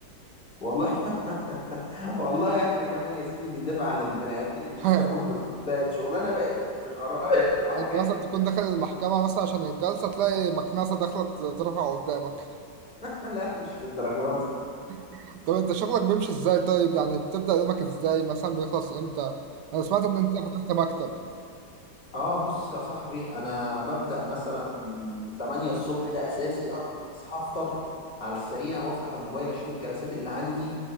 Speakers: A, on the left; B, on the right.
A: والله <laughs> والله إحنا كمان يا سيدي بندافع عن البني آدمين اللي
B: <laughs>
A: اشتكوا
B: يعني
A: من الروبوتات شغلانة بقت غرائب وعجائب
B: انت مثلا تكون داخل المحكمة مثلا عشان الجلسة تلاقي مكنسة داخلة ت- ترفع قدامك
A: <laughs> لا مش للدرجات
B: <laughs> طب انت شغلك بيمشي ازاي طيب يعني بتبدأ يومك ازاي مثلا بيخلص امتى انا سمعت ان انت فتحت مكتب
A: اه بص يا صاحبي انا ببدأ مثلا من 8 الصبح ده اساسي اصحى افطر على السريع وافتح الموبايل اشوف الجلسات اللي عندي